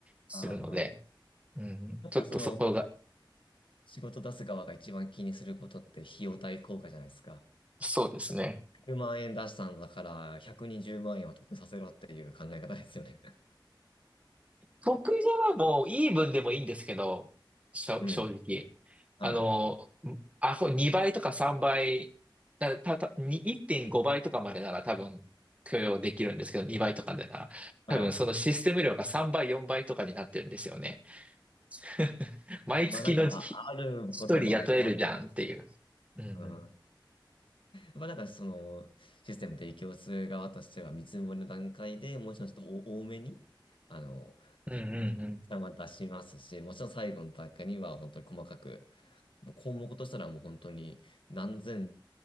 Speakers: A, on the right; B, on the left.
A: するので、
B: ああ。
A: うん、
B: やっぱりその、
A: ちょっとそこが、
B: 仕事出す側が一番気にすることって費用対効果じゃないですか。
A: そうですね。
B: 100万円出したんだから、120万円は得させろっていう考え方ですよね。<laughs>
A: 得意じゃはもうイーブンでもいいんですけど、しょ正直。
B: うん。はい。
A: あの、あ、そう2倍とか3倍、だた、た、に1.5倍とかまでなら多分許容できるんですけど、2倍とかでなら、
B: はい。
A: 多分そのシステム量が3倍、4倍とかになってるんですよね。<laughs> 毎月のじひ
B: まあなんか、ああることもあります。
A: 一人雇えるじゃんっていう。うん
B: うん。まあなんかその、システム提供する側としては、見積もりの段階でもちろんちょっとお多めに、あの、
A: うんうんうん。
B: ま出しますし、もちろん最後の段階には本当に細かく、もう項目としたらもう本当に何千、